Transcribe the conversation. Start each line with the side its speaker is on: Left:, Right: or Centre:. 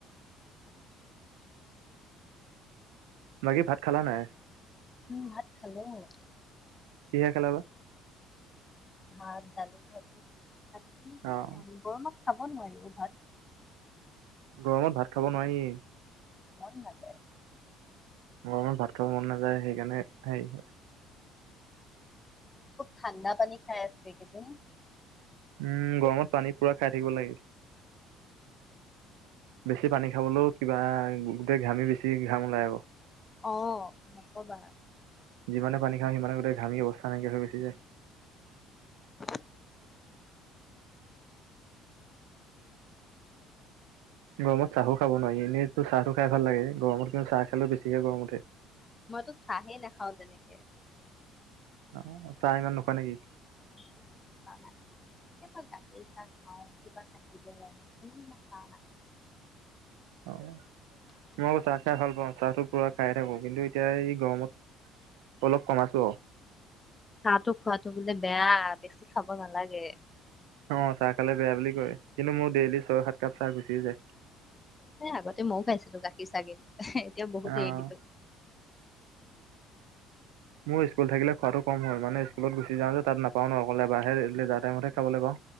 Right: বাকী ভাত খালা নাই।
Left: ভাত খালোঁ। ্
Right: কিহে খালা বা?
Left: ভাত দালি, ভাজি, ভাত সেইয়াই
Right: অঁ
Left: গৰমত খাব নোৱাৰি অহ, ভাত।
Right: গৰমত ভাত খাব নোৱাৰিএ
Left: মন নাযায়।
Right: গৰমত ভাত খাব মন নাযায়, সেইকাৰণে হেৰি হয়।
Left: খুব ঠাণ্ডা পানী খাই আছে একেইদিন।
Right: উম, গৰমত পানী পুৰা খাই থাকিব লাগে। বেছি পানী খাবলৈও কিবা গোটেই ঘামি বেছি ঘাম ওলাই আকৌ।
Left: অহ, নকবা।
Right: যিমানে পানী খাই সিমানেই গোটেই ঘামি অৱস্থা নাইকিয় হৈ গৈছে যায়।
Left: <unintelligible>
Right: গৰমত চাহো খাব নোৱাৰি, এনেইটো চাহটো খাই ভাল লাগে, গৰমত কিন্তু চাহ খালে বেছিকে গৰম উঠে।
Left: মইতো চাহে নাখাওঁ তেনেকে।
Right: অহ, চাহ ইমান নোখোৱা নেকি?
Left: <unintelligible> কেতিয়াবা গাখীৰ চাহ খাওঁ, কিবা থাকিলে মানে, এনেই মই চাহ নাখাওঁ।
Right: অহ, মই আকৌ চাহ খাই ভাল পাওঁ, চাহটো পুৰা খাইে থাকো, কিন্তু এতিয়া এই গৰমত অলপ কমাইছো আৰু।
Left: চাহটো খোৱাতো বোলে বেয়া, বেছি খাব নালাগে।
Right: অহ, চাহ খালে বেয়া বুলি কয়, কিন্তু মোৰ ডেইলি ছয়-সাত কাপ চাহ গুচি এই যায়।
Left: আগতে মইয়ো খাইছিলোঁ গাখীৰ চাহ, কিন্তু এতিয়া বহুত
Right: অ
Left: এৰি দিলোঁ।
Right: মোৰ স্কুল থাকিলে খোৱাটো কম হয় মানে, স্কুলত গুচি যাওঁ তাত নাপাওঁ ন' অকল এবাৰ হে লেজাৰ টাইমত হে খাবলে পাওঁ।